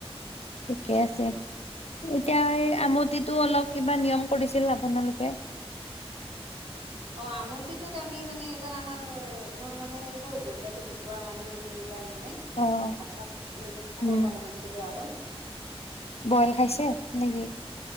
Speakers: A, on the left (about 80°); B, on the right (about 65°).
A: ঠিকে আছে এতিয়া এই
B: উম
A: আমতিতো
B: উম
A: অলপ কিবা নিয়ম কৰিছিল আপোনালোকে
B: অ আমতিটোত আমি মানে এইবাৰ আমাৰ মোৰ মানে সেই সৰু দেউতাটো ঢুকোৱা কাৰণে আমি এবাৰ মানে
A: অ',
B: ভাত চাত মানে খাব
A: উম,
B: পৰা নাছিলো আৰু
A: বইল খাইছে নেকি